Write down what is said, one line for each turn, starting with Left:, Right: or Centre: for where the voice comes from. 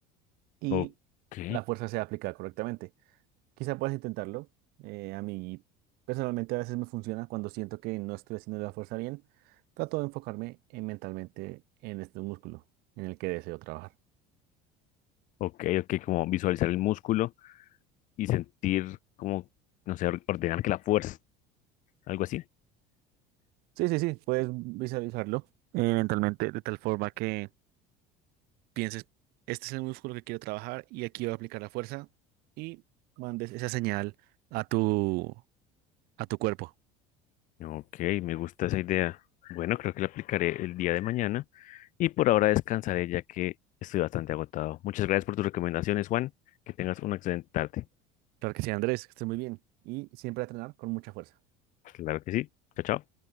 Right: y
Left: ok,
Right: la fuerza sea aplicada correctamente. Quizá puedas intentarlo. Eh, a mí personalmente a veces me funciona cuando siento que no estoy haciendo la fuerza bien. Trato de enfocarme en mentalmente en este músculo en el que deseo trabajar.
Left: ok, ok, como visualizar el músculo y sentir como, no sé, or- ordenar que la fuerza, algo así.
Right: Sí, sí, sí, puedes visualizarlo eh, mentalmente de tal forma que pienses, este es el músculo que quiero trabajar y aquí voy a aplicar la fuerza y mandes esa señal a tu, a tu cuerpo.
Left: Ok, me gusta esa idea. Bueno, creo que la aplicaré el día de mañana y por ahora descansaré ya que estoy bastante agotado. Muchas gracias por tus recomendaciones, Juan. Que tengas una excelente tarde.
Right: Claro que sí, Andrés, que estés muy bien y siempre a entrenar con mucha fuerza.
Left: Claro que sí. Chao, chao.